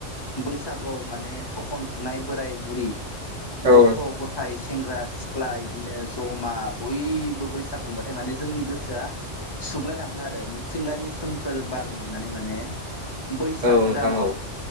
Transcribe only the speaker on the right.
औ
औ नोंथां
औ